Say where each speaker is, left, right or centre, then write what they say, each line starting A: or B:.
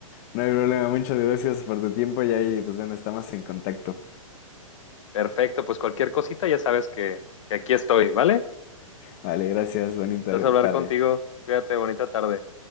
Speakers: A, on the left; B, on the left.
A: No hay problema, muchas gracias por tu tiempo, Yair, y pues bueno, estamos en contacto.
B: Perfecto, pues cualquier cosita ya sabes que, que aquí estoy, ¿vale?
A: Vale, gracias, bonita
B: Estás a hablar
A: tarde.
B: contigo. Cuídate, bonita tarde.